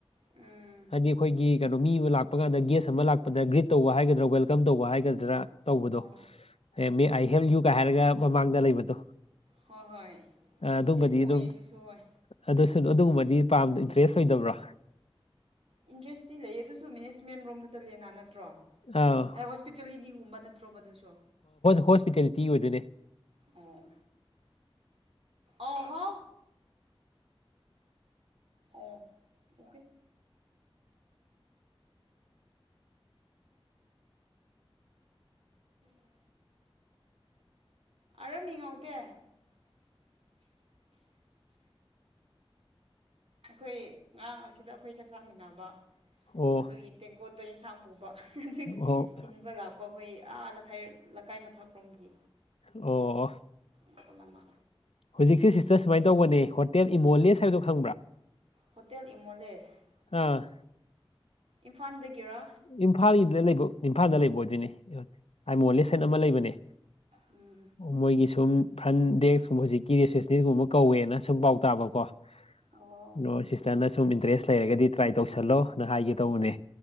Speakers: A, on the right; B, on the left.
A: ꯎꯝ
B: ꯍꯥꯏꯗꯤ ꯑꯈꯣꯏꯒꯤ ꯀꯩꯅꯣ ꯃꯤ ꯑꯃ ꯂꯥꯛꯄ ꯀꯥꯟꯗ ꯒꯦꯁ ꯑꯃ ꯂꯥꯛꯄꯗ ꯒ꯭ꯔꯤꯠ ꯇꯧꯕ ꯍꯥꯏꯒꯗ꯭ꯔꯥ ꯋꯦꯜꯀꯝ ꯇꯧꯕ ꯍꯥꯏꯒꯗ꯭ꯔꯥ ꯇꯧꯕꯗꯣ
A: ꯑꯣ
B: ꯑꯦ ꯃꯦ ꯑꯥꯏ ꯍꯦꯜꯞ ꯌꯨꯒ ꯍꯥꯏꯔꯒ ꯃꯃꯥꯡꯗ ꯂꯩꯕꯗꯣ
A: ꯍꯣ ꯍꯣꯏ
B: ꯑꯗꯨꯝꯕꯗꯤ
A: ꯏꯟꯇꯔꯦꯁꯇꯤꯡ ꯑꯣꯏꯌꯦ
B: ꯑꯗꯨꯝ
A: ꯑꯗꯨꯁꯨ ꯍꯣꯏ
B: ꯑꯗꯨꯁꯨ ꯑꯗꯨꯒꯨꯝꯕꯗꯤ ꯄꯥꯝ ꯏꯟꯇꯔꯦꯁ ꯑꯣꯏꯗꯕ꯭ꯔꯥ
A: ꯏꯟꯇ꯭ꯔꯦꯁꯇꯤ ꯂꯩ ꯑꯗꯨꯁꯨ ꯃꯦꯅꯦꯖꯃꯦꯟ ꯔꯣꯝꯗ ꯆꯠꯂꯦꯅꯥ ꯅ ꯅꯠꯇ꯭ꯔꯣ
B: ꯑꯥ
A: ꯑꯦ ꯍꯣꯁꯄꯤꯇꯥꯜꯂꯤꯇꯤꯒꯨꯝꯕ ꯅꯠꯇ꯭ꯔꯣ ꯃꯗꯨꯁꯨ
B: ꯍꯣꯁꯄꯤꯇꯦꯂꯤꯇꯤ ꯑꯣꯏꯗꯣꯏꯅꯦ
A: ꯎꯝ ꯑꯣ ꯍꯥꯎ ꯑꯣ <unintelligible> <unintelligible> <unintelligible> ꯑꯈꯣꯏ ꯉꯔꯥꯡ ꯑꯁꯤꯗ ꯑꯈꯣꯏ ꯆꯥꯛꯆꯥꯃꯤꯟꯅꯕ
B: ꯑꯣ
A: ꯑꯗꯨꯒꯤ ꯇꯦꯡꯀꯣꯠꯇꯣ ꯏꯟꯁꯥꯡ ꯄꯨꯕ ꯑꯗꯨꯒꯤ
B: ꯑꯣ
A: ꯊꯤꯟꯕ ꯂꯥꯛꯄ ꯑꯈꯣꯏ ꯑꯥ ꯈꯥꯏ ꯂꯩꯀꯥꯏ ꯃꯊꯛꯔꯣꯝꯒꯤ
B: ꯑꯣ
A: ꯃꯈꯜ ꯑꯃ
B: ꯍꯧꯖꯤꯛꯁꯦ ꯁꯤꯁꯇꯔ ꯁꯨꯃꯥꯏꯅ ꯇꯧꯕꯅꯦ ꯍꯣꯇꯦꯜ ꯏꯃꯣꯂꯦꯁ ꯍꯥꯏꯕꯗꯣ ꯈꯪꯕ꯭ꯔꯥ
A: ꯍꯣꯇꯦꯜ ꯏꯃꯣꯂꯦꯁ
B: ꯑꯥ
A: ꯏꯝꯐꯥꯜꯗꯒꯤꯔꯥ
B: ꯏꯝꯐꯥꯜꯒꯤꯗ ꯂꯩꯕ ꯏꯝꯐꯥꯜꯗ ꯂꯩꯕ ꯑꯣꯏꯗꯣꯏꯅꯦ ꯑꯥꯏꯃꯣꯂꯦꯁꯅ
A: ꯑꯣ
B: ꯑꯃ ꯂꯩꯕꯅꯦ
A: ꯎꯝ
B: ꯃꯣꯏꯒꯤ ꯁꯨꯝ ꯐ꯭ꯔꯟ ꯗꯦꯛꯁꯀꯨꯝꯕ ꯍꯧꯖꯤꯛꯀꯤ ꯔꯤꯁꯦꯞꯁꯅꯤꯁꯒꯨꯝꯕ ꯀꯧꯋꯦꯅ ꯁꯨꯝ ꯄꯥꯎ ꯇꯥꯕꯀꯣ ꯑꯗꯣ
A: ꯑꯣ
B: ꯁꯤꯁꯇꯔꯅ ꯁꯨꯝ ꯏꯟꯇꯔꯦꯁ ꯂꯩꯔꯒꯗꯤ ꯇ꯭ꯔꯥꯏ ꯇꯧꯁꯜꯂꯣꯅ ꯍꯥꯏꯒꯦ ꯇꯧꯕꯅꯦ